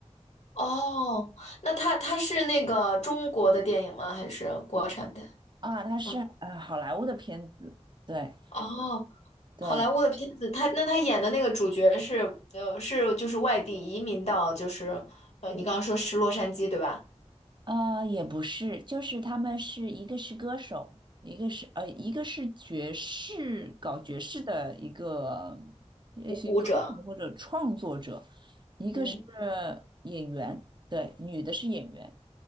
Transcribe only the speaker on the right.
<laughs> 啊，它是呃好莱坞的片子，
对
对，
呃也不是，就是他们是一个是歌手，一个是呃一个是爵士搞爵士的一个也许歌手或者创作者，
一个是
演员，对，女的是演员，